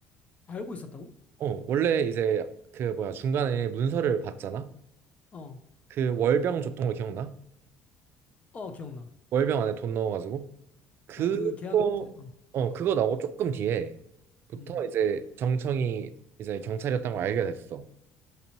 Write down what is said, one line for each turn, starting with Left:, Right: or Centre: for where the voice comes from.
Left: 알고 있었다고?
Right: 어, 원래 이제 그 뭐야 중간에 문서를 봤잖아.
Left: 어,
Right: 그 월병 줬던 거 기억나?
Left: 어, 기억나.
Right: 월병 안에 돈 넣어가지고 그거
Left: 어, 그 걔한테, 어,
Right: 어 그거 나오고 조금 뒤에부터
Left: 음,
Right: 이제 정청이 이제 경찰이었던 걸 알게 됐어.